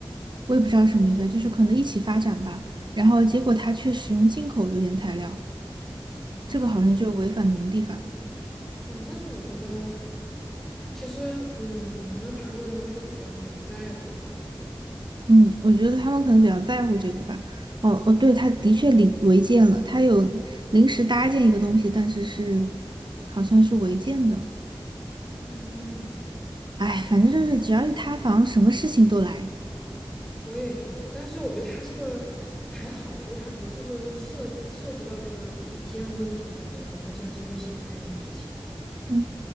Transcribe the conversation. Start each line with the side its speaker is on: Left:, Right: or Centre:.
Right: 我也不知道什么意思啊，就是可能一起发展吧。然后结果他却使用进口的原材料，这个好像就违反农地法。
Centre: 嗯。嗯，但是我觉得其实嗯，可能韩国人对这个比较比较在乎吧，对吧？
Right: 嗯，我觉得他们可能比较在乎这个吧。哦哦，对，他的确临违建了，他有临时搭建一个东西，但是是好像是违建的。
Centre: 嗯，
Right: 哎，反正就是只要一塌房，什么事情都来。
Centre: 我也觉得，但是我觉得他这个还好，就他不是说是涉涉及到这个底线问题的，比方说像金秀贤那种事情，
Right: 嗯，